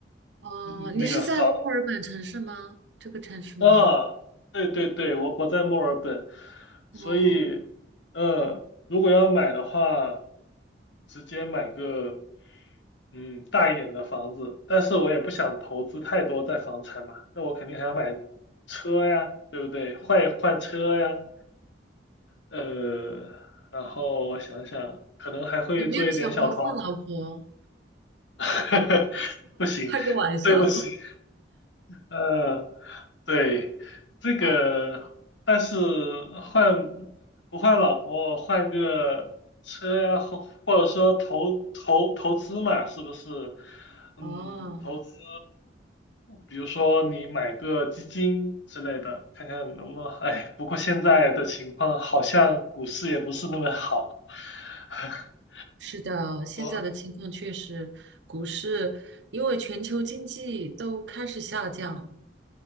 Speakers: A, on the right; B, on the left.
A: 哦，
B: 嗯那个房
A: 你是在墨尔本城市吗？这个城市吗？
B: 啊，对对对，我我在墨尔本，
A: 哦，
B: 所以，嗯，如果要买的话，直接买个，嗯，大一点的房子。但是我也不想投资太多在房产嘛，那我肯定还要买车呀，对不对？换一换车呀，呃，然后我想想，可能还会做一点小投，
A: 有没有想过换老婆？
B: <laughs> 不行，
A: 开个玩笑
B: 对不起，呃。对，这个，
A: <laughs> 啊！
B: 但是换不换老婆，换个车呀，或或者说投投投资嘛，是不是？嗯，
A: 哦，
B: 投资，比如说你买个基金之类的，看看能不能。哎，不过现在的情况好像股市也不是那么好。<laughs>
A: 是的，现在的情况确实，
B: 哦，
A: 股市因为全球经济都开始下降，